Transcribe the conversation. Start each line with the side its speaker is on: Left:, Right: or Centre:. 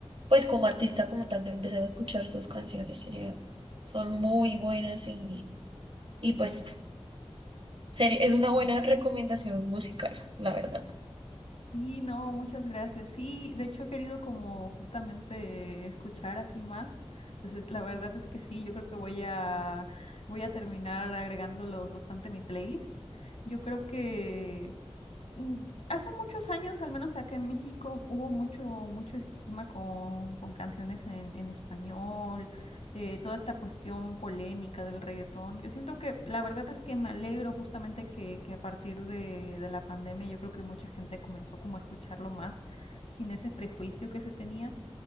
Right: Pues como artista, como tal, empecé a escuchar sus canciones. eh, Son muy buenas y, y pues seri- es una buena recomendación musical, la verdad.
Left: Sí, no, muchas gracias. Sí, de hecho he querido como justamente escuchar así más. Entonces, la verdad es que sí, yo creo que voy a voy a terminar agregándolos bastante a mi playlist. Yo creo que mm, Hace muchos años, al menos acá en México, hubo mucho, mucho estigma con, con canciones en, en español, eh, toda esta cuestión polémica del reggaetón. Yo siento que la verdad es que me alegro justamente que, que a partir de, de la pandemia yo creo que mucha gente comenzó como a escucharlo más sin ese prejuicio que se tenía.